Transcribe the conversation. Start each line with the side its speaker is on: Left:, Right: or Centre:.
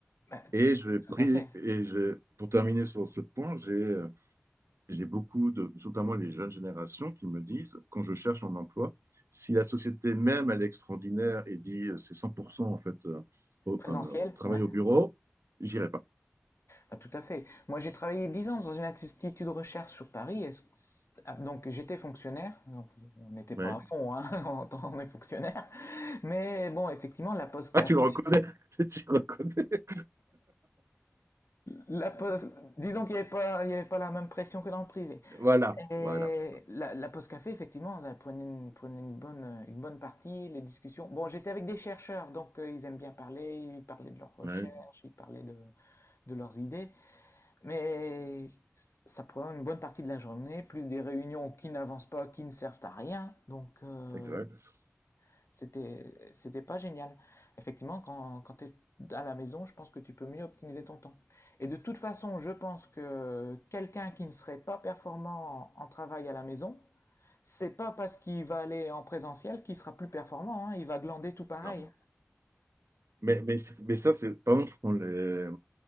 Left: bah,
Right: Et je l'ai pris,
Left: tout à fait.
Right: et je, pour terminer sur ce point, j'ai, euh, j'ai beaucoup de, notamment les jeunes générations, qui me disent, quand je cherche un emploi, si la société même, elle est extraordinaire et dit euh, c'est 100% en fait euh, au-
Left: Présentiel,
Right: euh, travail
Left: ouais,
Right: au bureau, j'irai pas.
Left: bah tout à fait. Moi, j'ai travaillé 10 ans dans une institut de recherche sur Paris, et c- c- ah, donc j'étais fonctionnaire, donc on n'était pas
Right: Ouais.
Left: à fond, hein, <laughs> en tant- on est fonctionnaire, mais bon, effectivement, la pause café,
Right: Ah, tu le reconnais, <laughs> tu le reconnais.
Left: La pause, disons qu'il n'y avait pas, il y avait pas la même pression que dans le privé.
Right: Voilà,
Left: Et
Right: voilà.
Left: la, la pause café, effectivement, ça prenait une, prenait une bonne, euh, une bonne partie, les discussions. Bon, j'étais avec des chercheurs, donc euh, ils aiment bien parler, ils parlaient de leurs recherches,
Right: Ouais,
Left: ils parlaient de, de leurs idées, mais ça prend une bonne partie de la journée, plus des réunions qui n'avancent pas, qui ne servent à rien. Donc, euh,
Right: exact.
Left: c'était, c'était pas génial. Effectivement, quand, quand tu es à la maison, je pense que tu peux mieux optimiser ton temps. Et de toute façon, je pense que quelqu'un qui ne serait pas performant en, en travail à la maison, c'est pas parce qu'il va aller en présentiel qu'il sera plus performant, hein. Il va glander tout pareil.
Right: Non. Mais, mais, mais ça, c'est, pardon, je prends les